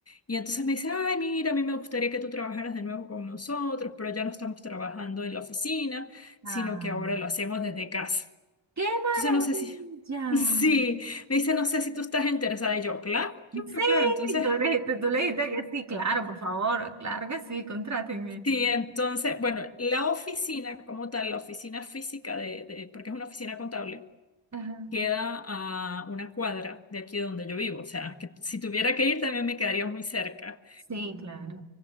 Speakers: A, on the left (about 30°); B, on the right (about 35°).
A: Y entonces me dice, ay, mira, a mí me gustaría que tú trabajaras de nuevo con nosotros, pero ya no estamos trabajando en la oficina,
B: Ah,
A: sino que ahora lo hacemos desde casa.
B: qué maravilla.
A: Entonces no sé si, <laughs> sí, me dice, no sé si tú estás interesada. Y yo, claro, claro,
B: Sí,
A: claro. Entonces,
B: tú le dijiste, tú le dijiste que sí, claro, por favor, claro que sí, contrátenme.
A: sí, entonces, bueno, la oficina como tal, la oficina física de, de porque es una oficina contable.
B: Ajá.
A: queda a una cuadra de aquí donde yo vivo, o sea, que si tuviera que ir también me quedaría muy cerca.
B: Sí, claro.